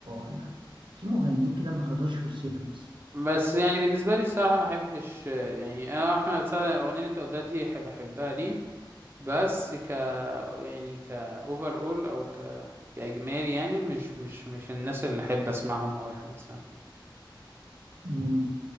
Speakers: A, on the right; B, on the right.
A: اه لا في مغنيين كده ما خدوش فرصتهم الصراحة.
B: بس يعني بالنسبة لي الصراحة ما احبش يعني انا احمد سعد يعني الاغنية اللي انت قلتها دي أحب- بحبها ليه بس ك يعني ك اوفر اول او ك... كاجمالي يعني مش مش مش الناس اللي احب اسمعهم او احمد سعد
A: مم.